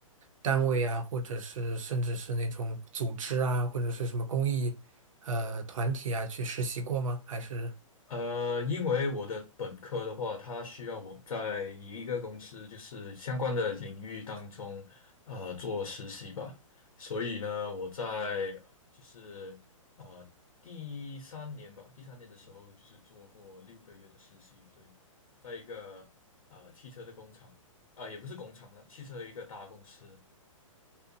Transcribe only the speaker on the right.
单位啊，或者是甚至是那种组织啊，或者是什么公益呃团体啊去实习过吗？还是？